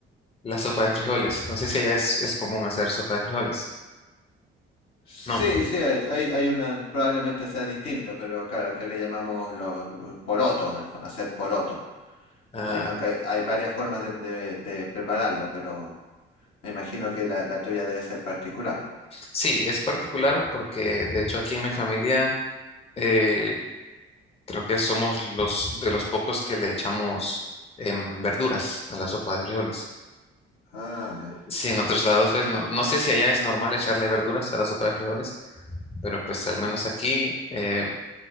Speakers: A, on the left; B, on the left.
A: la sopa de frijoles. No sé si allá es, es común hacer sopa de frijoles.
B: Sí,
A: No.
B: sí, hay, hay hay una, probablemente sea distinto, pero claro, aquí le llamamos los, los porotos, en el fondo, hacer porotos.
A: Ah,
B: Hay, aunque hay, hay varias formas de, de- de prepararlo, pero me imagino que la, la tuya debe ser particular.
A: Sí, es particular porque de hecho aquí en mi familia eh, creo que somos los de los pocos que le echamos em, verduras a la sopa de frijoles.
B: Ah, ya.
A: Sí, en otros lados pues no, no sé si allá es normal echarle verduras a la sopa de frijoles, pero pues al menos aquí eh,